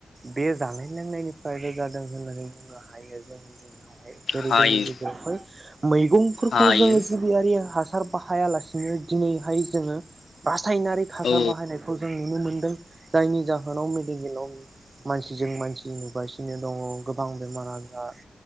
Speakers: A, on the right (about 30°); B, on the left (about 75°).
A: बे जानाय लोंनायनिफ्रायबो जादों होननानै बुंनो हायो जोंनि गेजेराव। जेरै
B: हायो
A: जोंनि गेजावहाय मैगं फोरखौ
B: हायो
A: जों जिबियारि हासार बाहायालासिनो दिनैहाय जोङो सायनारि हासार
B: औ
A: बाहायनायखौ जों नुनो मोन्दों। जायनि जाहोनाव मेडिकेलाव मानसिजों मानसि नुगासिनो दङ गोबां बेमार आजार